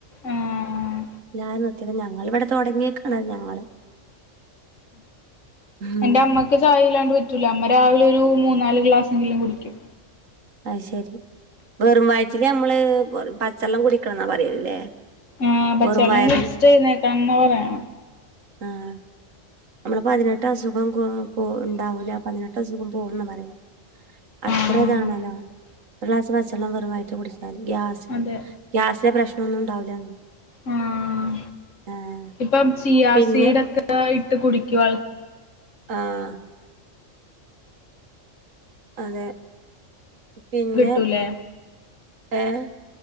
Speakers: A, on the left; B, on the right.
A: ആഹ്
B: ല്ലാരും നിത്തിക്ക്ണ് ഞങ്ങളിവടെ തുടങ്ങീക്കാണ് ഞങ്ങള്. ഉം
A: എന്റമ്മക്ക് ചായ ഇല്ലാണ്ട് പറ്റൂല അമ്മ രാവിലെ ഒരു മൂന്നാല് ഗ്ലാസെങ്കിലും കുടിക്കും.
B: അയ്ശെരി വെറുംവയറ്റില് നമ്മള് പച്ചെള്ളം കുടിക്കെണെന്നാ പറയല് ല്ലേ.
A: ആഹ് പച്ചെവെള്ളം
B: വെറും വയറിൽ
A: കുടിച്ചിട്ട് എഴ്ന്നേക്കെണെന്നാ പറയാ.
B: ആഹ്. നമ്മളെ പതിനെട്ടസുഖം കേ പോ ണ്ടാവൂല പതിനെട്ടസുകം പോകുന്നാ പറയാ. അത്രതാണല്ലോ
A: ആഹ്
B: ഒരു ഗ്ലാസ് പച്ചെള്ളം വെറുംവറ്റിൽ കുടിച്ചാല് ഗ്യാസ്.
A: അതെ
B: ഗ്യാസെ പ്രശ്നെന്നും ഉണ്ടാവൂലാന്ന്.
A: ആഹ്
B: ആഹ്
A: ഇപ്പം ചിയാ
B: പിന്നെ
A: സീടൊക്കെ ഇട്ട് കുടിക്കും ആൾ
B: ആഹ് അതെ പിന്നെ
A: വിട്ടൂലേ
B: ഏഹ്